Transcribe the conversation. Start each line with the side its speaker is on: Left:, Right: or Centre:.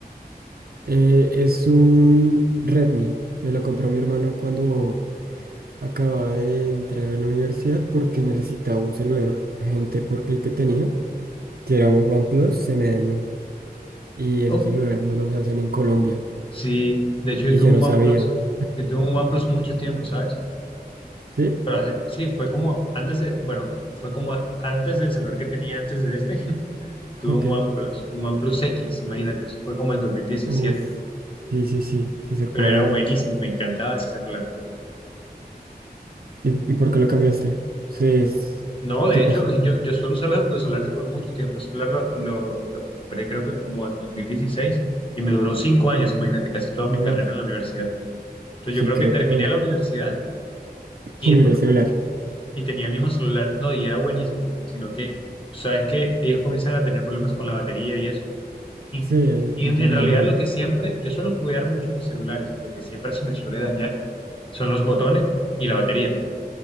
Right: Eh, es un Redmi. Me lo compró mi hermano cuando Acababa de entrar a la universidad porque necesitaba un celular urgente porque el que tenía, que era un OnePlus, se me dañó. Y esos
Left: Uf,
Right: celulares no los hacen en Colombia.
Left: sí, de hecho yo
Right: Y
Left: tuve
Right: yo no
Left: un
Right: sabía.
Left: OnePlus. Yo tuve un OnePlus mucho tiempo, ¿sabes?
Right: ¿Sí?
Left: Pero hace- sí, fue como antes de, bueno, fue como a- antes del celular que tenía antes de este, <laughs> tuve
Right: Ok.
Left: un OnePlus, un OnePlus X, imagínate, eso fue como en dos mil diecisiete
Right: Uf. Sí, sí, sí. Sí sé cuál.
Left: pero era buenísimo, me encantaba ese celular.
Right: ¿Y, y por qué lo cambiaste? Sí, es-
Left: No, de
Right: ¿Qué pasó?
Left: hecho, <laughs> yo, yo suelo usar los, los celulares por mucho tiempo, ese celular lo, lo, lo compré creo que como en 2016 y me duró cinco años, imagínate, casi toda mi
Right: Uf.
Left: carrera en la universidad. Entonces
Right: Sí,
Left: yo creo
Right: creo.
Left: que terminé la universidad
Right: <laughs>
Left: y
Right: Y
Left: después
Right: miré el
Left: me,
Right: celular.
Left: com- y tenía el mismo celular, no, y era buenísimo, sino que, tú sabes que ellos comienzan a tener problemas con la batería y eso. Y,
Right: Sí, hay un
Left: y
Right: punto
Left: en, en
Right: donde
Left: realidad
Right: ya no.
Left: lo que siempre, yo suelo cuidar mucho mis celulares y lo que siempre se me suele dañar son los botones y la batería.